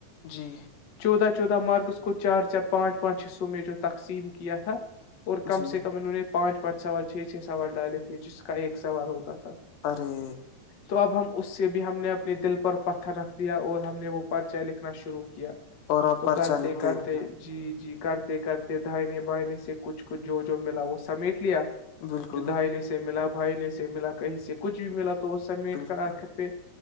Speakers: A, on the left; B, on the left.
A: جی
B: چودہ چودہ مارکس کو چار چار پانچ پانچ حصوں میں جو تقسیم کیا تھا اور کم
A: جی
B: سے کم انہوں نے پانچ پانچ سوال چھ چھ سوال ڈالے تھے جس کا ایک سوال ہوتا تھا
A: ارے
B: تو اب ہم اس سے بھی ہم نے اپنے دل پر پتھر رکھ دیا اور ہم نے وہ پرچے لکھنا شروع کیا
A: اور آپ
B: تو
A: پرچہ
B: کرتے
A: لکھتے
B: کرتے
A: ہیں۔
B: جی جی کرتے کرتے دھائنے بائنے سے کچھ کچھ جو جو ملا وہ سمیٹ لیا
A: بالکل
B: ج دائینے سے ملا بھائی نے سے ملا کہیں سے کچھ بھی ملا تو تو اس سبمیٹ
A: بالکل
B: کر آخر پہ